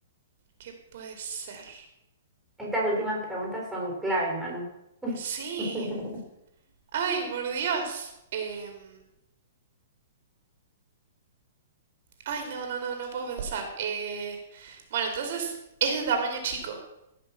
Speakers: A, on the right; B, in the centre.
A: ¿qué puede ser?
B: Estas últimas preguntas son claves, Manu. <laughs>
A: Sí. Ay, por Dios. Em, ay, no, no, no, no puedo pensar. Eh, bueno, entonces es de tamaño chico.